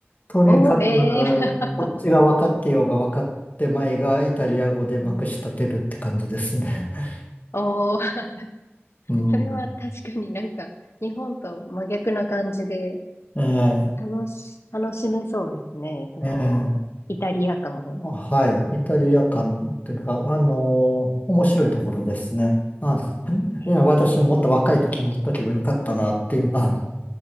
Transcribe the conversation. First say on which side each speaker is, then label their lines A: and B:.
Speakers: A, on the left (about 35°); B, on the left (about 65°).
A: とにかく、
B: おー、へー。
A: こっちが分かってようが分かってまいが、イタリア語でまくし立てるって感じですね。
B: うん
A: <laughs>
B: おー、<laughs>
A: うん。
B: それは確かになんか、日本と真逆な感じで、
A: え
B: 楽し、楽しめそうですね。その、
A: え、ええ。
B: イタリア感を。
A: あはい。イタリア館というか、あのー面白いところですね。あの、
B: えー、
A: いや私ももっと若い時に行っとけばよかったなっていうのは、